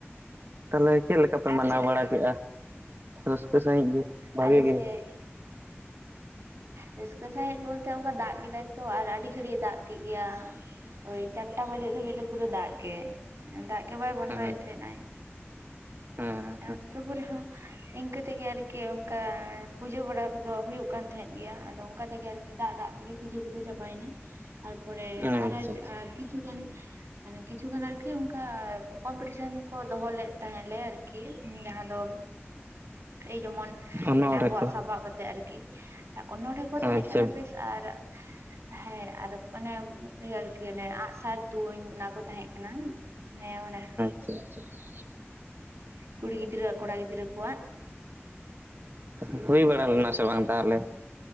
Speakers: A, on the right; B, on the right.
A: ᱛᱟᱦᱚᱞᱮ ᱪᱮᱫ ᱞᱮᱠᱟᱯᱮ
B: ᱟᱨ
A: ᱢᱟᱱᱟᱣ
B: ᱪᱮᱫ ᱞᱮᱠᱟ
A: ᱵᱟᱲᱟ ᱠᱮᱫᱼᱟ ᱨᱟᱹᱥᱠᱟᱹ ᱥᱟᱺᱦᱤᱡ ᱜᱮ? ᱵᱷᱟᱜᱮ
B: ᱟᱞᱮ ᱥᱮᱫ
A: ᱜᱮ
B: ᱨᱟᱹᱥᱠᱟᱹ ᱥᱟᱦᱤᱡ ᱵᱚᱞᱛᱮ ᱚᱱᱠᱟ ᱫᱟᱜ ᱠᱮᱫᱟᱭ ᱛᱚ, ᱟᱨ ᱟᱹᱰᱤ ᱜᱷᱟᱹᱲᱤᱡ ᱫᱟᱜ ᱠᱮᱫ ᱜᱮᱭᱟ ᱳᱭ ᱪᱟᱨᱴᱟ ᱵᱟᱡᱟᱜ ᱫᱷᱟᱹᱵᱤᱡ ᱫᱚ ᱯᱩᱨᱟᱹ ᱫᱟᱜ ᱜᱮ᱾ ᱫᱟᱜ ᱜᱮ ᱵᱟᱭ ᱵᱚᱱᱫᱚᱭᱮᱫ
A: ᱟᱪᱪᱷᱟ
B: ᱛᱟᱦᱮᱸᱱᱟᱭ
A: ᱦᱮᱸ
B: ᱟ ᱛᱵᱩ ᱨᱮᱦᱚᱸ ᱤᱱᱠᱟᱹ ᱛᱮᱜᱮ ᱟᱨᱠᱤ ᱚᱱᱠᱟ ᱯᱩᱡᱟᱹ ᱵᱟᱲᱟ ᱠᱚᱫᱚ ᱦᱩᱭᱩᱜ ᱠᱟᱱ ᱛᱟᱦᱮᱸᱫ ᱜᱮᱭᱟ᱾ ᱟᱫᱚ ᱚᱱᱠᱟ ᱛᱮᱜᱮ ᱟᱨᱠᱤ ᱫᱟᱜ ᱫᱟᱜ ᱛᱮᱜᱮ ᱯᱩᱡᱟᱹ ᱠᱚᱫᱚ ᱪᱟᱵᱟᱭᱮᱱᱟ᱾ ᱛᱟᱨ ᱯᱚᱨᱮ
A: ᱦᱮᱸ ᱟᱪᱪᱷᱟ
B: ᱟᱨᱚ
A: ᱟᱪᱪᱷᱟ
B: ᱠᱤᱪᱷᱩᱜᱟᱱ ᱢᱟᱱᱮ ᱠᱤᱪᱷᱩᱜᱟᱱ ᱟᱨᱠᱤ ᱚᱱᱠᱟ ᱠᱚᱢᱯᱤᱴᱤᱥᱮᱱ ᱠᱚ ᱫᱚᱦᱚ ᱞᱮᱫ ᱛᱟᱦᱮᱸ ᱞᱮ ᱟᱨᱠᱤ, ᱡᱟᱦᱟᱸ ᱫᱚ ᱮᱭ ᱡᱮᱢᱚᱱ
A: ᱚᱱᱚᱲᱦᱮ
B: ᱟᱵᱚᱣᱟᱜ
A: ᱠᱚ
B: ᱥᱟᱯᱟᱵ ᱠᱟᱛᱮᱜ ᱟᱨᱠᱤ, ᱚᱱᱚᱲᱮ ᱠᱚ
A: ᱟᱪᱪᱷᱟ
B: ᱛᱟᱦᱮᱸ ᱠᱟᱱᱟ ᱵᱮᱥ ᱟᱨ ᱦᱮᱸ ᱟᱨ ᱚᱱᱮ ᱤᱭᱟᱹ ᱟᱨᱠᱤ ᱚᱱᱮ ᱟᱸᱜᱼᱥᱟᱨ ᱛᱩᱧ ᱚᱱᱟ ᱠᱚ ᱛᱟᱦᱮᱸ ᱠᱟᱱᱟ ᱾ ᱦᱮᱸ ᱚᱱᱟ
A: <unintelligible>
B: ᱠᱩᱲᱤ ᱜᱤᱫᱽᱨᱟᱹ ᱠᱚᱲᱟ ᱜᱤᱫᱽᱨᱟᱹ ᱠᱚᱣᱟᱜ ᱾
A: ᱚ ᱦᱩᱭ ᱵᱟᱲᱟ ᱞᱮᱱᱟ ᱥᱮ ᱵᱟᱝ ᱛᱟᱦᱚᱞᱮ?